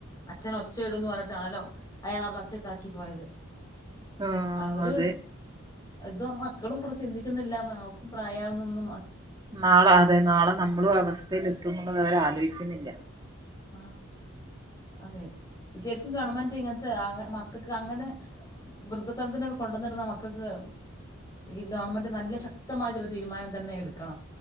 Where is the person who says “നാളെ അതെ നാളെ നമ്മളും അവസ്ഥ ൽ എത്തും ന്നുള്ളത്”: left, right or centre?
Right